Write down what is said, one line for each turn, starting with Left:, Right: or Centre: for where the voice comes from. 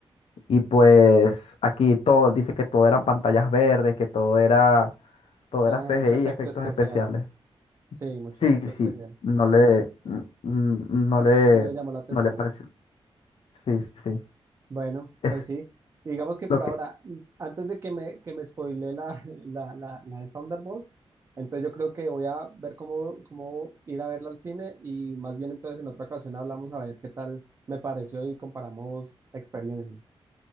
Left: y pues aquí todo, dice que todo eran pantallas verdes, que todo era, todo
Right: Ah,
Left: era CGI,
Right: mucho efecto
Left: efectos
Right: especial.
Left: especiales.
Right: Sí, mucho
Left: Sí,
Right: efecto
Left: sí,
Right: especial.
Left: no le, n- n- no
Right: Mm,
Left: le,
Right: No le llamó la atención.
Left: no le pareció. Sí, sí,
Right: Bueno,
Left: es
Right: pues sí. Digamos que por
Left: lo que...
Right: ahora, mm, antes de que me, que me spoile la, <laughs> la, la, la de Thunderbolts, entonces yo creo que voy a ver cómo, cómo ir a verla al cine y más bien entonces en otra ocasión hablamos a ver qué tal me pareció y comparamos experiencias.